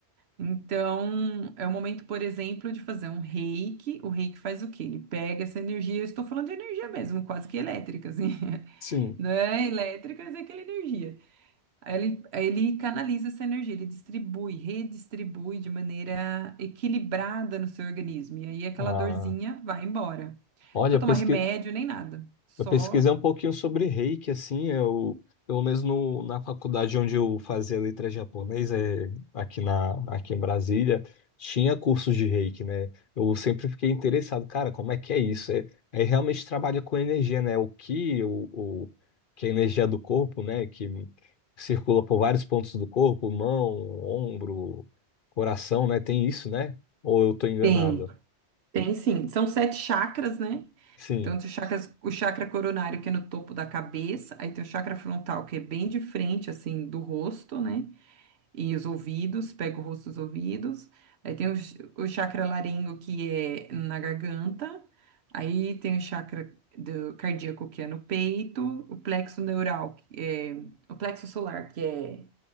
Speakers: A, on the right (about 70°); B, on the left (about 55°).
A: Então, é o momento, por exemplo, de fazer um reiki. O reiki faz o quê? Ele pega essa energia, eu estou falando de energia mesmo, quase que elétrica, assim. <laughs>
B: Sim.
A: Não é elétrica, mas é aquela energia. Aí Ele, aí ele canaliza essa energia, ele distribui, redistribui de maneira equilibrada no seu organismo. E aí aquela
B: Ah,
A: dorzinha vai embora. Não
B: olha,
A: precisa
B: eu
A: tomar
B: pesqui-
A: remédio nem nada. Só
B: eu pesquisei um pouquinho sobre Reiki, assim, eu, pelo menos no, na faculdade onde eu fazia letras japonesa é, aqui, na, aqui em Brasília, tinha cursos de Reiki, né? Eu sempre fiquei interessado, cara, como é que é isso? É, é realmente trabalha com energia, né? O ki, o, o, que é a energia do corpo, né? Que circula por vários pontos do corpo, mão, ombro, coração, né? Tem isso, né? Ou eu tô enganado?
A: Tem, tem sim. São sete chakras, né?
B: Sim.
A: Então, tem o chakra, o chakra coronário, que é no topo da cabeça, aí tem o chakra frontal, que é bem de frente, assim, do rosto, né? e os ouvidos, pega o rosto dos ouvidos. Aí tem o, ch- o chakra laringo, que é na garganta. Aí tem o chakra do cardíaco, que é no peito. O plexo neural, que é o plexo solar, que é